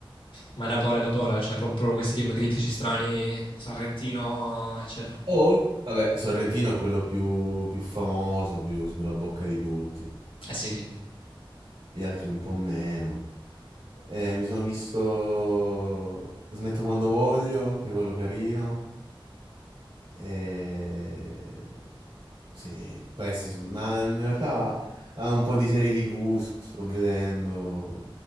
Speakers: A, on the left (about 70°); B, on the right (about 75°).
A: Ma d'autore, d'autore, cioè pro- proprio questi film criptici strani, Sorrentino, eccetera.
B: Oh, vabbè, Sorrentino è quello più, più famoso, più sulla bocca di tutti.
A: Eh sì, sì.
B: gli altri un po' meno. Eh, mi sono visto Smetto quando voglio, che è quello carino. E... Sì, questi sono... Ma in realtà ha un po' di serie TV, sto vedendo,